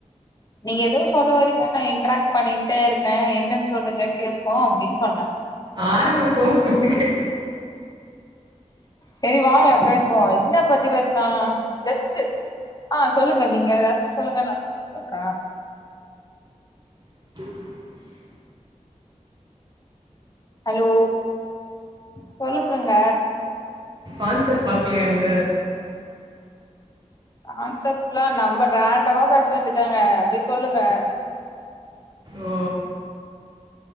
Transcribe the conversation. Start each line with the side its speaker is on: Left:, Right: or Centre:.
Left: நீங்க ஏதோ சொல்ல வரீங்க நா இன்ட்ராக்ட் பண்ணிட்டே இருக்கே என்னன்னு சொல்லுங்க கேப்போ அப்டின்னு சொன்னே
Right: ஆரம்பிப்போ <unintelligible>
Left: சரி வாங்க பேசுவோ இன்ன பத்தி பேசலா ஜஸ்ட் ஆ சொல்லுங்க நீங்க ஏதாச்சும் சொல்லுங்க நான் <unintelligible>
Right: <inaudible>
Left: ஹலோ சொல்லுங்கங்க
Right: கான்செப்ட் பாக்கலையாங்க
Left: கான்செப்ட் லாம் நம்ம ரேண்டமா பேச வேண்டியது தாங்க அப்டியே சொல்லுங்க
Right: ஓ